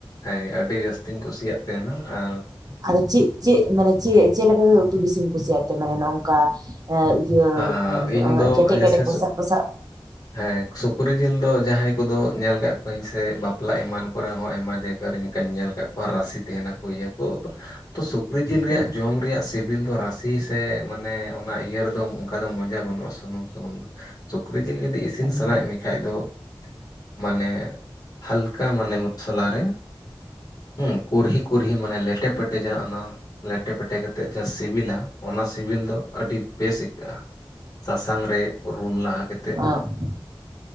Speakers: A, on the left; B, on the right.
A: ᱦᱮᱸ ᱟᱹᱰᱤ ᱡᱟᱹᱥᱛᱤᱧ ᱠᱩᱥᱤᱭᱟᱜ ᱛᱟᱦᱮᱱᱟ ᱟᱨ ᱾
B: ᱟ ᱫᱚ ᱪᱤᱜ? ᱪᱮᱜ ᱢᱟᱱᱮ ᱪᱮᱫ ᱪᱮᱫ ᱞᱮᱠᱟ? ᱩᱛᱩ ᱵᱤᱥᱤᱢ ᱠᱩᱥᱤᱭᱟᱜ ᱛᱮ ᱢᱟᱱᱮ ᱱᱚᱝᱠᱟ ᱾ ᱮ ᱤᱭᱟᱹ
A: ᱟᱨ ᱤᱧ ᱫᱚ
B: ᱠᱮᱴᱮᱡ
A: ᱡᱮᱭᱥᱮ
B: ᱠᱮᱴᱮᱡ ᱠᱚᱥᱟ ᱠᱚᱥᱟ ᱾
A: ᱦᱮᱸ ᱥᱩᱠᱨᱤ ᱡᱤᱞ ᱫᱚ ᱡᱟᱦᱟᱸᱭ ᱠᱚᱫᱚ ᱧᱮᱞ ᱟᱠᱟᱫ ᱠᱚᱣᱟᱹᱧ ᱥᱮ ᱵᱟᱯᱞᱟ ᱮᱢᱟᱱ ᱠᱚᱨᱮ ᱦᱚᱸ ᱟᱭᱢᱟ ᱡᱟᱭᱜᱟᱨᱮ ᱠᱟᱧ ᱧᱮᱞ ᱨᱟᱥᱤᱮ ᱛᱟᱦᱮᱱᱟᱠᱚ ᱤᱭᱟᱹ ᱠᱚ ᱛᱚ ᱥᱩᱠᱨᱤ ᱡᱤᱞ ᱨᱮᱭᱟᱜ
B: ᱦᱩᱸ
A: ᱡᱚᱢ ᱨᱮᱭᱟᱜ ᱾ ᱥᱤᱵᱤᱞ ᱫᱚ ᱨᱟᱥᱮ ᱥᱮ ᱢᱟᱱᱮ ᱚᱱᱟ ᱤᱭᱟᱹ ᱨᱮᱫᱚ ᱚᱱᱠᱟ ᱫᱚ ᱢᱚᱡᱟ ᱵᱟᱹᱱᱩᱜᱼᱟ ᱥᱩᱱᱩᱢ ᱥᱩᱱᱩᱢ ᱫᱚ ᱾ ᱥᱩᱠᱨᱤ ᱡᱤᱞ ᱡᱩᱫᱤ ᱤᱥᱤᱱ
B: ᱦᱩᱸ
A: ᱥᱟᱱᱟᱭᱮᱫ ᱢᱮᱭᱟ ᱾ ᱠᱷᱟᱡ ᱫᱚ ᱢᱟᱱᱮ ᱦᱟᱞᱠᱟ ᱢᱟᱱᱮ ᱢᱚᱥᱞᱟ ᱨᱮ ᱦᱩᱸ ᱠᱩᱨᱦᱤ ᱠᱩᱨᱦᱤ ᱢᱟᱱᱮ ᱞᱮᱴᱮ ᱯᱮᱴᱮᱡᱟ ᱚᱱᱟ ᱞᱮᱴᱮ ᱯᱮᱴᱮ ᱠᱟᱛᱮᱫ ᱡᱟ ᱥᱤᱵᱤᱞᱟ ᱚᱱᱟ ᱥᱤᱵᱤᱞ ᱫᱚ ᱟᱹᱰᱤ ᱵᱮᱥ ᱟ ᱥᱟᱥᱟᱝ ᱨᱮ ᱨᱩᱱ ᱞᱟᱦᱟ ᱠᱮᱛ
B: ᱚ